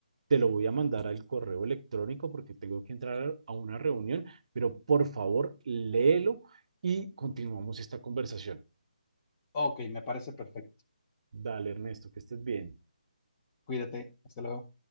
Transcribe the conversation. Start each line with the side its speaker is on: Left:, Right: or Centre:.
Right: Te lo voy a mandar al correo electrónico porque tengo que entrar a una reunión, pero por favor, léelo y continuamos esta conversación.
Left: Ok, me parece perfecto.
Right: Dale, Ernesto, que estés bien.
Left: Cuídate. Hasta luego.